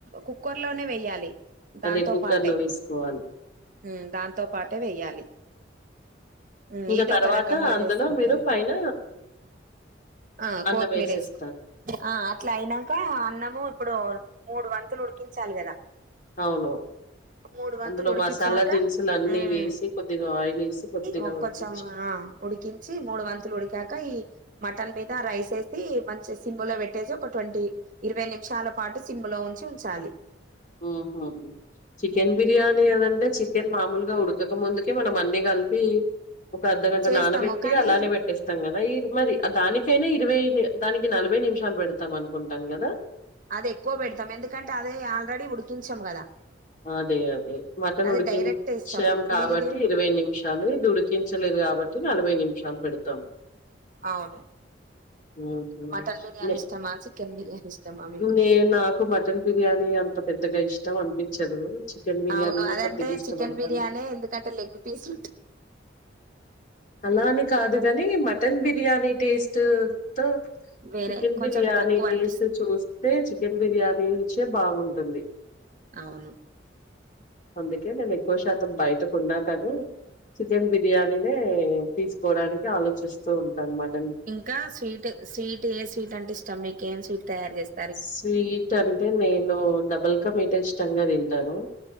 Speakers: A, on the right; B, on the left.
A: కుక్కర్ లోనే వెయ్యాలి దాంతో
B: అదే కుక్కర్‌లో
A: పాట్ టె
B: వేసుకోవాలి.
A: ఉమ్ దాంతో పాటే వెయ్యాలి ఉమ్
B: ఇంక
A: ఇది
B: తర్వాత
A: ఒక రకంగా
B: అందులో
A: చేసుకుంటరు
B: మీరు పైన
A: ఆ
B: అన్నం
A: కోత్మీర్
B: ఏసేస్తారు.
A: ఏసుకొ ఆ అట్లా అయినంక అన్నము ఇప్పుడు మూడు వంతులు ఉడికించాలి కదా
B: అవును
A: మూడు వంతులు
B: అందులో
A: ఉడికిచ్చాక
B: మసాలా దినుసులు అన్నీ
A: ఉమ్
B: వేసి కొద్దిగ ఆయిల్ వేసి కొద్దిగ
A: ఒక
B: ఉడికించి
A: కొంచెం ఆ ఉడికించి మూడు వంతులు ఉడికాక ఈ మటన్ మీద రైస్ ఏసి మంచి సింములో పెట్టేసి ఒక ట్వంటీ ఇరవై నిమిషాల పాటు సింములో ఉన్ చుంచాలి
B: ఉహు చికెన్ బిర్యానీ అని అంటే చికెన్ మామూలుగా ఉడుక్ కక ముందుకే మనం అన్ని కలిపి ఒక అద్దగంట
A: చేస్తాము
B: నానబెట్టి
A: కానీ
B: అలానే పెట్టేస్తాం కదా ఈ మరి దానికైనా ఇ <unintelligible> దానికి నలభై నిమిషాలు పెడతాం అనుకుంటాను కదా
A: అది ఎక్కువ పెడతాం ఎందుకంటే అదే ఆల్రెడీ ఉడికించం కదా
B: అదే అదే మటన్
A: అది
B: ఉడికించాం
A: డైరెక్ట్ ఇస్తాము ఇప్పుడు
B: కాబట్టి
A: ఇదేం
B: ఇరవై నిమిషాలు ఇది ఉడికించలేదు కాబట్ ట్టి నలభై నిమిషాలు పెడతం
A: అవును
B: ఉహు
A: మీకు మటన్ బిర్యానీ
B: నే,
A: ఇష్టమా చికెన్ బిర్యానీ ఇష్టమా మీకు
B: నే నాకు మటన్ బిర్యానీ అంత పెద్దగ ఇష్టం అనిపిచ్చదు చికెన్ బిర్యానీనే
A: అవును అదంటే
B: కొద్దిగ ఇష్టపడతాను
A: చికెన్ బిర్యానీ ఎందుకంటే లెగ్ పీస్ ఉంటుంది
B: అలా అని కాదు గాని మటన్ బిర్యానీ టేస్ట్ ట్
A: వేరే
B: చికెన్
A: కొంచెం
B: బిర్యానీ
A: తక్కువ
B: టేస్ట్
A: అనిపిస్తుంది
B: చూస్తే చికెన్ బిర్యానీ రుచే బాగున్ టుంది
A: అవును
B: అందుకే నేను ఎక్కువ శాతం బయటకొన్నా కానీ చికెన్ బిర్యానీనే తీసుకోవడానికి ఆలోచిస్తూ ఉంటాను మట్
A: ఇంకా స్వీట్ స్వీట్ ఏ స్వీట్ అంటే ఇష్టం మీకు ఏం స్వీట్ తయారు చేస్
B: స్వీట్ అంటే నేను డబల్కా మీటా ఇష్టంగా తింటానూ